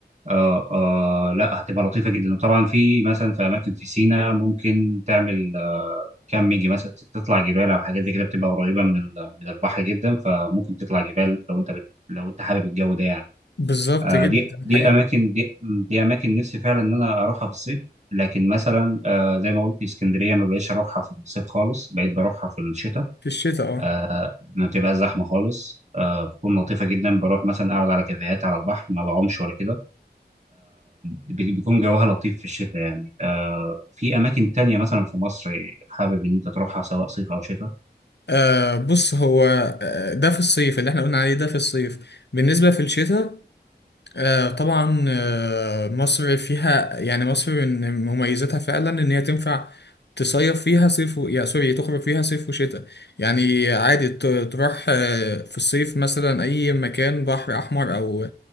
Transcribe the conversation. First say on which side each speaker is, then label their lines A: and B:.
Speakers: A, on the right (about 40°); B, on the left (about 75°).
A: آه آه لا هتبقى لطيفة جدا وطبعا في مثلا في أماكن في سينا ممكن تعمل آه كامبينج مثلا تطلع جبال أو حاجات زي كده بتبقى قريبة من ال- من البحر جدا فممكن تطلع جبال لو أنت بت لو أنت حابب الجو ده يعني
B: بالظبط
A: آه
B: جدا
A: دي دي
B: الحقيقة
A: أماكن دي, دي أماكن نفسي فعلا إن أنا أروحها في الصيف لكن مثلا آه زي ما قلت اسكندرية ما بقيتش أروحها في الصيف خالص بقيت بروحها في الشتاء
B: في الشتاء اه
A: آه ما بتبقى زحمة خالص آه بتكون لطيفة جدا بروح مثلا أقعد على كافيهات على البحر ما بعومش ولا كده بي- بيكون جوها لطيف في الشتاء يعني آه في أماكن تانية مثلا في مصر حابب إن أنت تروحها سواء صيف أو شتاء
B: آه، بص هو آه، ده في الصيف اللي احنا قلنا عليه ده في الصيف بالنسبة في الشتاء آه، طبعا آه، مصر فيها يعني مصر من مميزاتها فعلا ان هي تنفع تصيف فيها صيف و... يا سوري تخرج فيها صيف وشتاء يعني عادي ت- تروح آه، في الصيف مثلا اي مكان بحر احمر او